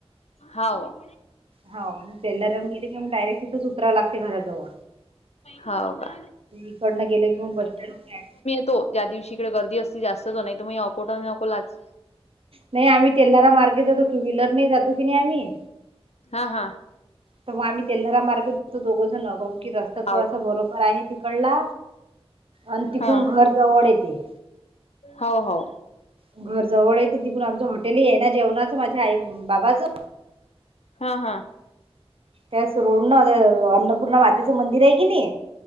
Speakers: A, on the left; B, on the right.
A: हाव.
B: हा म तेेलरांग गेली की मग डायरेक्ट तिथच उतराव लागते घराजवळ.
A: हाव का
B: इकडनं गेले की मग बस स्टँड व
A: तो ज्या दिवशी इकडे गर्दी असती जास्तच नाही तर मग अकोटा नकोलाच
B: नाही आमी टेल्हार मार्गे जातो टू व्हीलर नाही जातो की नाई आमी
A: हा हा
B: तर मग आम्ही तेल्हरा मार्गेत जातो दोघं जण बगु की रस्ता
A: हाव
B: थोडासा बरोबर आहे तिकडला आण तिकून
A: हा
B: घर जवड येते
A: हाव हाव
B: घर जवळहे ते तिकून आमचं हॉटेल इआय ना जेवणाच माझ्या आई बाबाचं
A: हा हा
B: त्याच रोड ना ते अन्नपूर्णा मातेचं मंदिर आय कनी